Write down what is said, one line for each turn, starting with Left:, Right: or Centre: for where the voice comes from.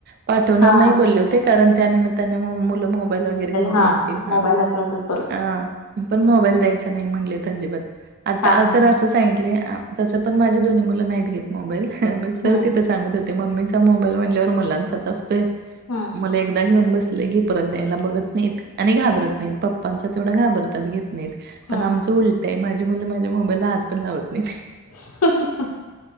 Right: पाठवणार
Left: हा
Right: नाही
Left: हा
Right: बोलले होते. कारण त्यानमित्ताने म मुलं मोबाईल वगैरे घेऊन
Left: हा
Right: बसतील हा
Left: मोबाईल हाताळतात परत
Right: आ पण
Left: हं,
Right: मोबाईल द्यायचा नाही म्हणलेत अजिबात आता
Left: हा
Right: आज
Left: हा
Right: तर असं सांगितलंय अ तसं पण माझी दोन्ही मुलं नाहीत घेत मोबाईल. म सर
Left: हम्म
Right: तिथचं सांगत होते. मम्मीचा मोबाईल म्हणल्यावर मुलांचाचं असतोय.
Left: हम्म
Right: मुल एकदा घेऊन बसली ली की परत द्यायला बघत नाहीत. आणि घाबरत
Left: हम्म
Right: नाहीत. पप्पांच तेवढा घाबरतात घेत नाहीत पण
Left: हम्म
Right: आमचं उल टय माझी मुलं माझ्या मोबाईलला हात पण लावत नाहीत.
Left: <unintelligible>